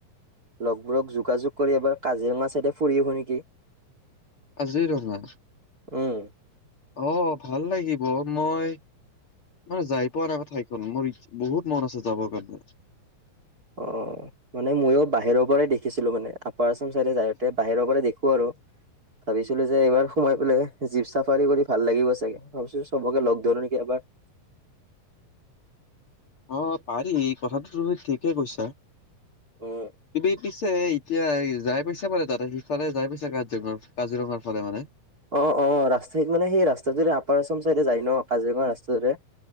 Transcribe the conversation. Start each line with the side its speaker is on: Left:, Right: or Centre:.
Right: লগবোৰক যোগাযোগ কৰি এবাৰ কাজিৰঙা চাইডে ফুৰি আহোঁ নেকি?
Left: কাজিৰঙা?
Right: উম।
Left: অ', ভাল লাগিব, মই মানে যায় পোৱা নাই, ঠাইখন মোৰ বহুত মন আছে, যাবৰ কাৰণে।
Right: অ' মানে ময়ো বাহিৰৰ পৰাই দেখিছিলোঁ মানে আপাৰ আচাম চাইডে যায়তে বাহিৰৰ পৰাই দেখো আৰু ভাবিছিলো যে এইবাৰ সোমাই পেলাই জীপ চাফাৰী কৰি ভাল লাগিব চাগে। ভাবিছো চবকে ল'গ ধৰো নেকি এবাৰ, <inaudible>
Left: অঁ পাৰি এ কথাটো তুমি ঠিকেই কৈছা। তুমি
Right: উম
Left: পিছে এতিয়া এই যাই পাইছে মানে তাতে সিফালে যাই পাইছা কাজিৰঙা কাজিৰঙাৰ ফালে মানে?
Right: অঁ অঁ ৰাস্তাইত মানে সেই ৰাস্তাটোৰে আপাৰ আচম চাইডে যায় ন' কাজিৰঙা ৰাস্তাটোৰে।